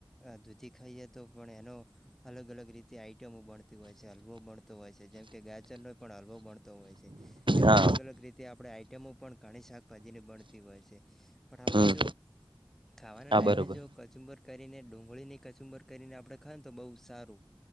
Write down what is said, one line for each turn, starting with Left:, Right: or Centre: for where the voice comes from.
Centre: અ દૂધી ખાઈએ તો પણ એનો અલગ અલગ રીતે. આઈટમો બણતી હોય છે હલ્વો બ નતો હોય છે જેમ કે ગાજરનો પણ હલવો બણતો હોય છે એમ
Right: હા
Centre: અલગ અલગ રીતે આપડે આઈટમો. પણ ઘાણી શાકભાજી ની બણતી હોય છે. પણ આપડે
Right: હમ
Centre: જો ખાવાના
Right: હા
Centre: ટાઈમે
Right: બરોબર
Centre: જો કચુંબર. કરીને ડુંગળીની કચુંબર કરીને આપડે ખાય ને તો બહુ સારું